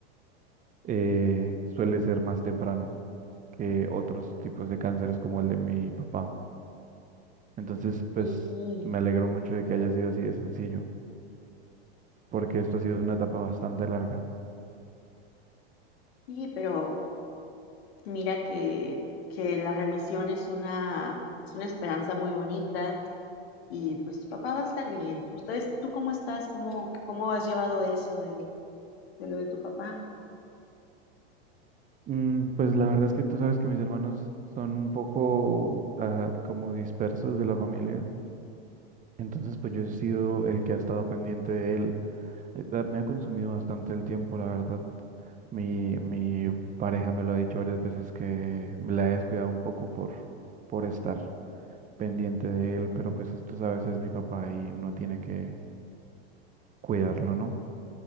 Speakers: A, on the right (about 25°); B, on the left (about 70°).
A: eh, suele ser más temprano que otros tipos de cánceres como el de mi papá. Entonces, pues
B: Sí,
A: me alegro mucho de que haya sido así de sencillo, porque esto ha sido una etapa bastante larga.
B: sí, pero mira que, que la remisión es una, es una esperanza muy bonita y pues tu papá va a estar bien. ¿Ustedes, tú cómo estás? ¿Cómo, cómo has llevado eso de, de lo de tu papá?
A: Mm, pues la verdad es que tú sabes que mis hermanos son un poco ah, como dispersos de la familia, entonces pues yo he sido el que ha estado pendiente de él Eh, eh, Me ha consumido bastante el tiempo, la verdad. Mi, mi pareja me lo ha dicho varias veces que la he descuidado un poco por, por estar pendiente de él, pero pues tú sabes, es mi papá y uno tiene que cuidarlo, ¿no?